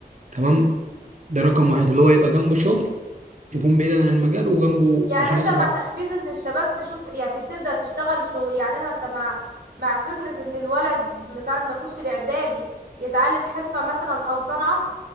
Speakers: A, on the right; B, on the right.
A: تمام ده رقم واحد اللي هو يبقى جنبه شغل يكون بعيدا عن المجال وجنبه
B: يعني
A: عشان
B: انت
A: يصرف
B: مع
A: على
B: تحفيز ان الشباب تشوف يعني تبدأ تشتغل شغل يعني انا انت مع مع فكرة ان الولد من ساعة ما يخش الاعدادي يتعلم حرفة مثلا او صنعة